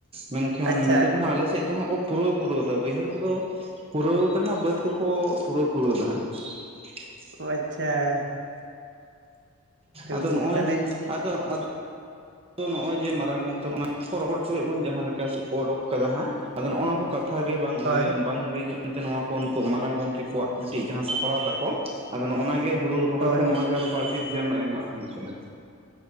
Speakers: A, on the right; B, on the right.
A: ᱢᱮᱱᱠᱷᱟᱱ
B: ᱟᱪᱪᱷᱟ
A: ᱱᱤᱛᱚᱜ ᱫᱚ ᱦᱟᱜ ᱟᱞᱮᱥᱮᱫ ᱫᱚ ᱦᱟᱜ ᱠᱚ ᱾ ᱯᱩᱨᱟᱹᱣ ᱯᱩᱨᱟᱹᱣᱮᱫᱟ ᱵᱟᱹᱭᱦᱟᱹᱲ ᱠᱚᱫᱚ ᱯᱩᱨᱟᱹᱣ ᱟᱠᱟᱱᱟ ᱵᱟᱹᱫᱽ ᱠᱚᱠᱚ ᱾ ᱯᱩᱨᱟᱹ ᱯᱩᱨᱟᱹ ᱮᱫᱟ ᱦᱟᱜ ᱾
B: ᱚ ᱟᱪᱷᱟ ᱾
A: ᱟᱫᱚ
B: ᱜᱚᱝᱠᱮ
A: ᱱᱚᱜᱼᱚᱭ
B: ᱛᱟᱦᱚᱞᱮ
A: ᱟᱫᱚ ᱟᱫᱚ ᱾ ᱟᱫᱚ ᱱᱚᱜᱚᱭ ᱡᱮ ᱢᱟᱨᱟᱝ ᱜᱚᱝ ᱛᱟᱠᱚᱱᱟᱜ ᱠᱚ ᱨᱚᱦᱚᱲ ᱦᱚᱪᱚᱭᱮᱫ ᱵᱚᱱ ᱡᱟᱦᱟᱸ ᱠᱚ ᱩᱰᱩᱠ ᱠᱟᱫᱟ ᱦᱟᱸᱜ ᱟᱫᱚ ᱱᱚᱜᱚ ᱱᱚᱣᱟ ᱠᱚ ᱾ ᱠᱟᱛᱷᱟᱜ ᱜᱮ ᱵᱟᱝ
B: ᱦᱳᱭ
A: ᱵᱟᱝ ᱤᱭᱟᱹ ᱦᱤᱲᱤᱧᱚᱜ ᱾ ᱮᱱᱛᱮ ᱱᱚᱣᱟ ᱠᱚ ᱩᱱᱠᱩᱣᱟᱜ ᱢᱟᱨᱟᱝ ᱜᱚᱝᱠᱮ ᱠᱚᱣᱟᱜ ᱢᱤᱫᱴᱤᱡ ᱡᱟᱦᱟᱸ ᱥᱟᱯᱲᱟᱣ ᱛᱟᱠᱚ ᱟᱫᱚ ᱱᱚᱜᱚ ᱱᱚᱣᱟ ᱜᱮ ᱾ ᱦᱩᱲᱩ ᱨᱚᱦᱚᱭ
B: ᱦᱳᱭ
A: ᱠᱷᱱ ᱱᱚᱣᱟ ᱜᱮ ᱟᱨᱦᱚ ᱵᱟᱹᱲᱛᱤ ᱫᱷᱮᱭᱟᱱ ᱮᱢᱟᱜ ᱦᱩᱭᱩᱜ ᱠᱟᱱᱟ ᱾